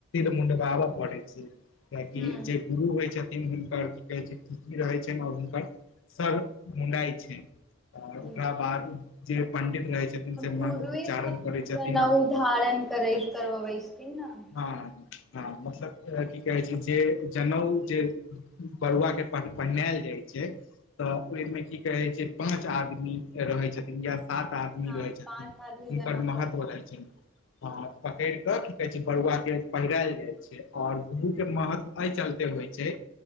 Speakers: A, on the left; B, in the centre.
A: मुंडबाबऽ पढ़ै छै, किया कि
B: हूँ
A: जे गुरु होइ छथिन हुनकर की कहै छै पित्ती रहै छनि आ हुनकर स मुडइ छै आओर
B: आ
A: ओकरा बाद जे पंडित रहै छथिन से
B: गुरुए
A: मंत्र उच्चारण
B: सब
A: करै
B: जनउ
A: छथिन
B: धारण करै करवबै छथिन ने
A: हं हँ मतलब की कहै छै जे जनेउ जे बरुआ के पहिनायल जाइ छै तऽ ओहिमे की कहे छै पाँच आदमी रहै छथिन या सात आदमी
B: हँ
A: आदमी रहै छथिन
B: पाँच आदमी
A: हुनकर
B: जनउ
A: महत्व
B: पकड़े
A: रहैत छैन आ पकड़ि कऽ की कहै छै बरुआके पहिरायल जाइ छै आओर दुनु के महत्व एहि चलते होइ छै